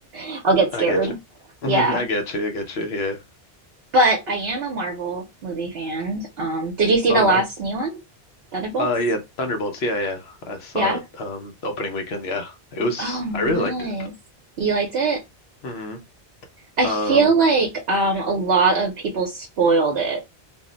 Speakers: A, on the right; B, on the left.
A: <laughs> I'll get
B: I
A: scared.
B: get you.
A: Yeah.
B: hmm I get you. I get you. Yeah.
A: But I am a Marvel movie fan. Um, did you see
B: Oh,
A: the
B: nice.
A: last new one? Thunderbolts?
B: Uh, yeah. Thunderbolts. Yeah, yeah. I saw
A: Yeah.
B: it. Um, opening weekend. Yeah. It was.
A: Oh, nice.
B: I really liked it.
A: You liked it?
B: Mm-hmm.
A: I feel
B: Um.
A: like um a lot of people spoiled it